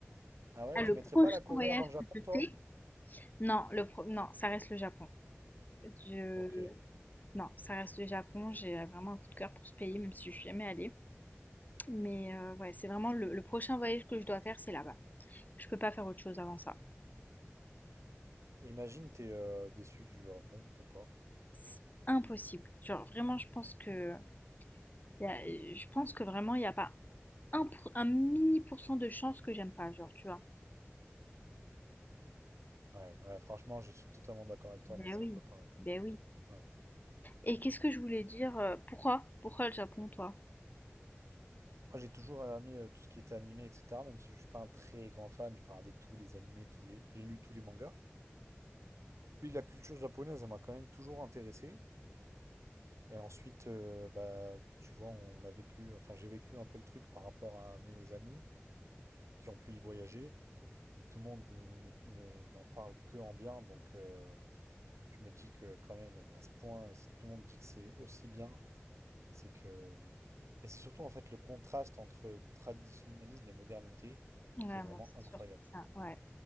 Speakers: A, on the right (about 85°); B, on the left (about 40°).
A: Ah ouais,
B: Ah,
A: tu
B: le
A: mettrais
B: prochain
A: pas la Corée
B: voyage
A: avant le Japon,
B: que je
A: toi?
B: fais? Non, le pro- non, ça reste le Japon. Je...
A: Ok.
B: Non, ça reste le Japon. J'ai euh, vraiment un coup de cœur pour ce pays, même si je suis jamais allée. Mais euh, ouais, c'est vraiment le, le prochain voyage que je dois faire, c'est là-bas. Je peux pas faire autre chose avant ça.
A: Imagine, t'es euh, déçu du Japon, t'aimes pas?
B: C'est impossible. Genre vraiment, je pense que y a- je pense que vraiment il n'y a pas un, pour- un mini pourcent de chance que j'aime pas, genre tu vois.
A: Ouais, ouais, franchement, je suis totalement d'accord avec toi,
B: Ben
A: moi c'est
B: oui,
A: un peu pareil.
B: ben oui.
A: Ouais.
B: Et qu'est-ce que je voulais dire? euh, Pourquoi? Pourquoi le Japon, toi?
A: Moi j'ai toujours aimé euh, tout ce qui était animé, etc. Même si je suis pas un très grand fan, j'ai pas regardé tous les animés, tous les... j'ai lu tous les mangas. Puis la culture japonaise, elle m'a quand même toujours intéressé. Et ensuite, euh, bah, tu vois, on a vécu, enfin j'ai vécu un peu le truc par rapport à mes amis qui ont pu y voyager. Et tout le monde n- ne- n'en parle que en bien, donc euh, je me dis que quand même, à ce point, si tout le monde dit que c'est aussi bien. C'est que. Mais c'est surtout en fait le contraste entre traditionnalisme et modernité
B: Ouais,
A: qui est vraiment
B: moi, c'est
A: incroyable.
B: surtout ça. Ouais,